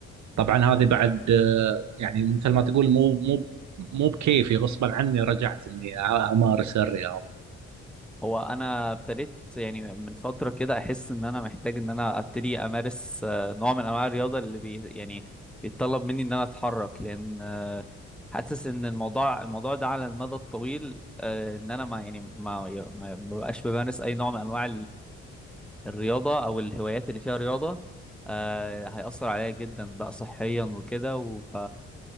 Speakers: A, on the right; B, in the centre.
A: طبعا هذه بعد آه يعني مثل ما تقول مو مو مو بكيفي غصبا عني رجعت إني أ- أمارس الرياضة
B: هو انا ابتديت يعني من فتره كده احس ان انا محتاج ان انا ابتدي امارس آه، نوع من انواع الرياضه اللي بي يعني بيتطلب مني ان انا اتحرك لان آه، حاسس ان الموضوع الموضوع ده على المدى الطويل آه، ان انا ما يعني ما ما ما بقاش بمارس اي نوع من انواع الرياضة أو الهوايات اللي فيها رياضة آه هيأثر عليا جدا بقى صحيا وكده وف